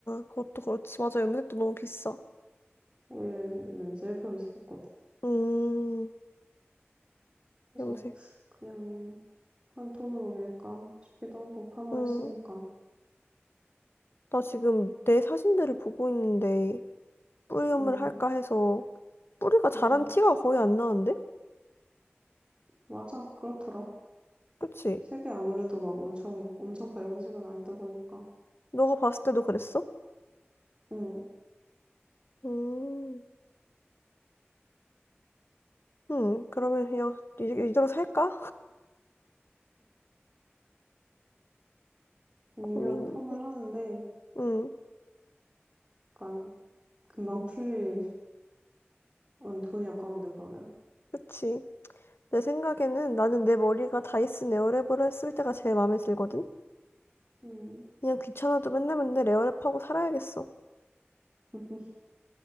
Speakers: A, on the left; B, on the right.
A: 그것도 그렇지. 맞아, 염색도 너무 비싸.
B: 원래는 셀프 염색했거든.
A: 음,
B: 그래서
A: 염색.
B: 그냥 한 톤으로 밀까 싶기도 하고, 파마를
A: 음.
B: 했으니까.
A: 나 지금 내 사진들을 보고 있는데 뿌리 염을
B: 음,
A: 할까 해서 뿌리가 자란
B: 음,
A: 티가 거의 안 나는데?
B: 맞아. 그렇더라.
A: 그치?
B: 색이 아무래도 막 엄청, 엄청 밝은 색은 아니다 보니까.
A: 너가 봤을 때도 그랬어?
B: 응.
A: 음, 음, 그러면 그냥 이- 이대로 살까?
B: 아니면
A: 고민이네.
B: 펌을 하는데,
A: 음.
B: 약간, 금방 풀릴, <laughs> 어, 돈이 아까운데, 그러면.
A: 그치. 내 생각에는 나는 내 머리가 다이슨 에어랩으로 했을 때가 제일 마음에 들거든?
B: 응.
A: 그냥 귀찮아도 맨날 맨날 에어랩하고 살아야겠어.
B: <laughs>